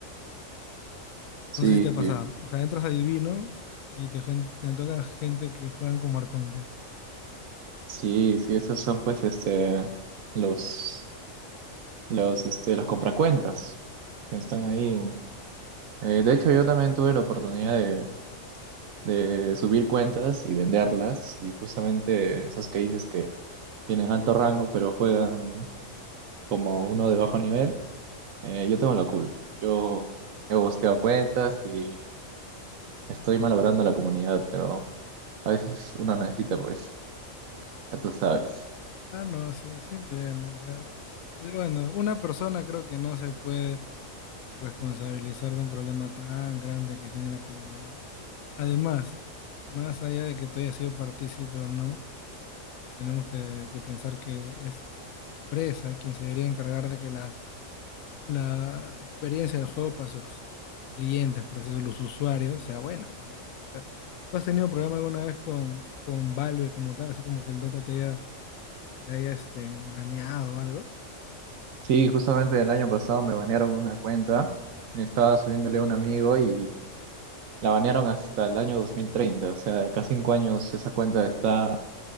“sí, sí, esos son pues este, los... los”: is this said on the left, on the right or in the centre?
Right